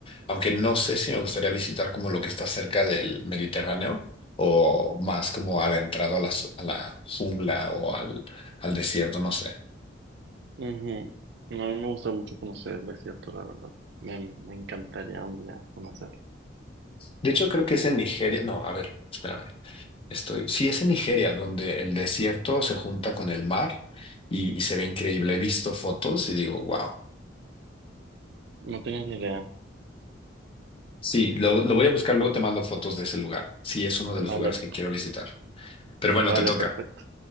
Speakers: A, on the left; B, on the right.
A: aunque no sé si me gustaría visitar como lo que está cerca del Mediterráneo o más como adentrado a la, s- a la jungla o al, al desierto, no sé.
B: Ujú. No, a mí me gusta mucho conocer el desierto, la verdad. Me, me encantaría un día conocerlo.
A: De hecho, creo que es en Nigeria. No, a ver, espérame. Estoy, sí, es en Nigeria, donde el desierto se junta con el mar y, y se ve increíble. He visto fotos y digo, wow.
B: No tenía ni idea.
A: Sí, lo, lo voy a buscar, luego te mando fotos de ese lugar. Sí, es uno de los
B: Vale,
A: lugares que quiero visitar. Pero bueno,
B: vale,
A: te toca.
B: perfecto.